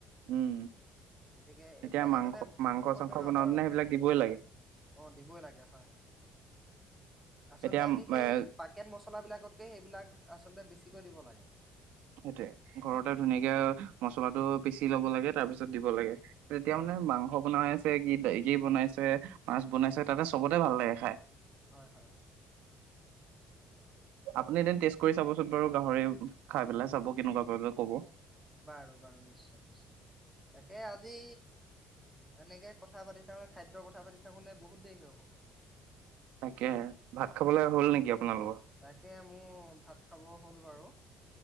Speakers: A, on the right; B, in the centre.
A: উম
B: গতিকে এইবিলাকে
A: এতিয়া মাংস
B: মানে
A: মাংস
B: বহুত
A: চাংস
B: বেমাৰ
A: বনাওঁতেনে
B: বাৰু
A: সেইবিলাক
B: হেৰি
A: দিবই
B: ৰক্ষা
A: লাগে
B: কৰে অ' দিবই লাগে হয় হয়। আচলতে
A: এতিয়া
B: আমি সেই
A: এ
B: পাকেট মছলাবিলাকতকে সেইবিলাক আচলতে বেছি বেছিকৈ দিব লাগে।
A: সেইটোয়ে, ঘৰতে ধুনীয়াকে
B: হয়
A: মছলাটো পিচি ল'ব লাগে তাৰ পিছত দিব লাগে। তেতিয়া
B: হয়
A: মানে
B: হয়
A: মাংস বনাই আছে <unintelligible> কি বনাইছে মাছ বনাইছে
B: অ
A: তাতে চবতে ভাল লাগে খাই।
B: হয় হয় হয় অ
A: আপুনি এদিন টেষ্ট
B: তাক
A: কৰি চাবচোন বাৰু গাহৰি খাই পেলাই চাব কেনেকুৱা পাই। ত ক'ব
B: বাৰু বাৰু নিশ্চয় নিশ্চয়। তাকে আজি এনেকে কথা পাতি থাকোতে খাদ্যৰ কথা পাতি থাকোতে বহুত দেৰি হৈ গ'ল।
A: তাকে। ভাত খাবলৈ
B: তাকে
A: হ'ল নেকি আপোনালোকৰ?
B: তাকে মোৰ ভাত খাব হ'ল বাৰু